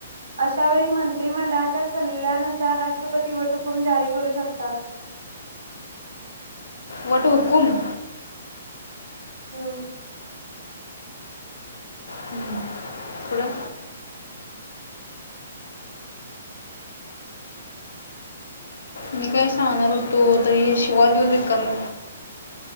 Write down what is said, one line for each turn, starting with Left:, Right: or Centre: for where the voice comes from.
Right: अशा वेळी मंत्रिमंडळाच्या सल्ल्यानुसार राष्ट्रपती वट हुकूम जारी करू शकतात.
Left: वटहुकूम.
Right: ह्म्म.
Left: हम्म, थोडं मी काय सांगणार होतो, तर शिव्या देऊन रिकामी.